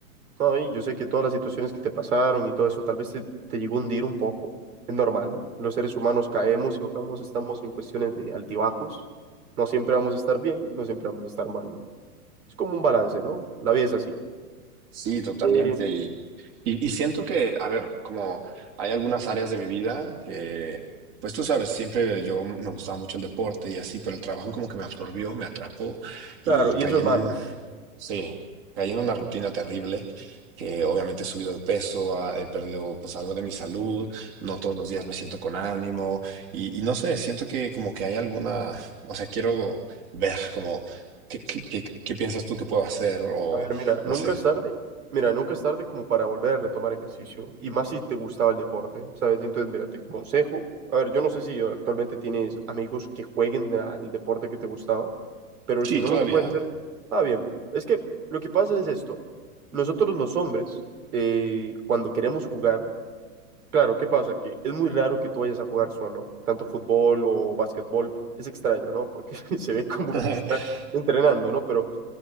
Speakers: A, on the right; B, on the right.
A: ¿no? Y yo sé que todas las situaciones que te pasaron y todo eso tal vez te, te llegó a hundir un poco. Es normal. Los seres humanos caemos y bajamos, estamos en cuestiones de altibajos. No siempre vamos a estar bien, no siempre vamos a estar mal. Es como un balance, ¿no? La vida es así.
B: Sí, totalmente.
A: Eh,
B: Y, y, y siento que, a ver, como hay algunas áreas de mi vida que, pues tú sabes, siempre yo me gustaba mucho el deporte y así, pero el trabajo como que me absorbió, me atrapó y
A: claro, y
B: caí
A: eso es
B: en
A: malo.
B: un, Sí, caí en una rutina terrible, que obviamente he subido de peso, ah, he perdido pues algo de mi salud, no todos los días me siento con ánimo y, y no sé, siento que como que hay alguna, o sea, quiero ver como qué, qué, qué, qué piensas tú que puedo hacer o
A: A ver, mira, nunca
B: no sé.
A: es tarde, mira, nunca es tarde como para volver a retomar ejercicio, y más si te gustaba el deporte, ¿sabes? Entonces, mira, te aconsejo, a ver, yo no sé si actualmente tienes amigos que jueguen al deporte que te gustaba, pero
B: Sí,
A: si no,
B: todavía.
A: lo que puedes hacer, ah, bien, es que lo que pasa es esto, nosotros los hombres, eh, cuando queremos jugar, claro, ¿qué pasa? Que es muy raro que tú vayas a jugar solo, tanto fútbol o básquetbol, es extraño, ¿no? Porque <laughs> se ve como
B: <laughs>
A: que está entrenando, ¿no? Pero